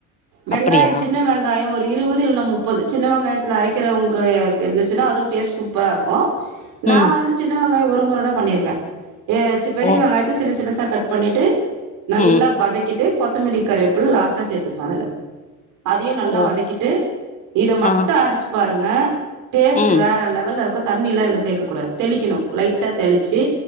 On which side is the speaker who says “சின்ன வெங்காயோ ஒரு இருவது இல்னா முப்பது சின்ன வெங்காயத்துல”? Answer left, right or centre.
Right